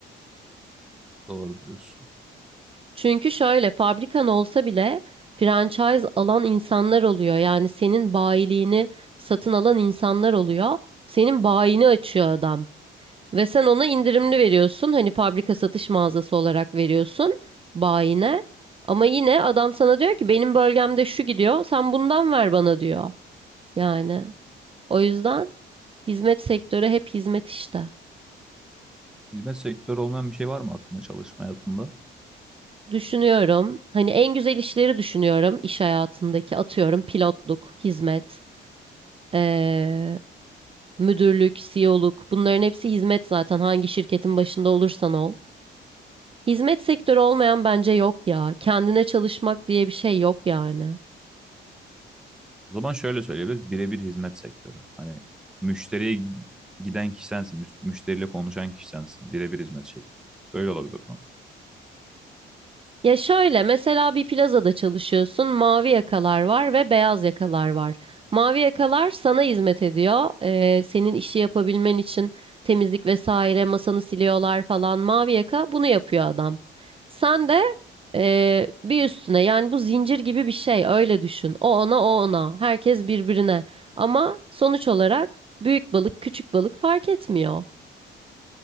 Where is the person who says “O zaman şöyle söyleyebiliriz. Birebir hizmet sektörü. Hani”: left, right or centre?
Centre